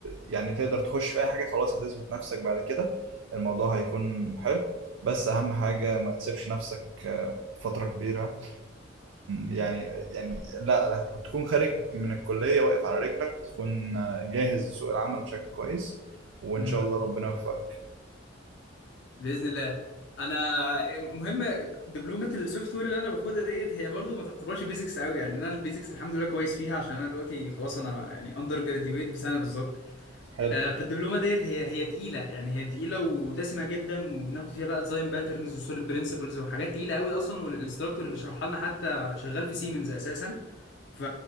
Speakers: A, on the right; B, on the left.
A: يعني تقدر تخش في اي حاجة خلاص هتثبت نفسك بعد كده الموضوع هيكون حلو بس اهم حاجة ما تسيبش نفسك آه، فترة كبيرة يعني يعني لا لا تكون خارج من الكلية واقف على رجلك تكون جاهز لسوق العمل بشكل كويس وإن
B: امم
A: شاء الله ربنا يوفقك
B: باذن الله انا مهم دبلومه السوفت وير اللي انا باخدها ديت هي برضو ما تعتبرش بيزكس قوي يعني انا البيزكس الحمد لله كويس فيها عشان انا دلوقتي خلاص انا يعني اندر جراديويت بسنه بالظبط
A: حلو
B: آه، فالدبلومه ديت هي هي تقيله يعني هي تقيله ودسمه جدا وبناخد فيها بقى ديزاين باترنز وسوليد برنسبلز وحاجات تقيله قوي اصلا والانستراكتور اللي بيشرحها لنا حتى شغال في سيمنز اساسا ف...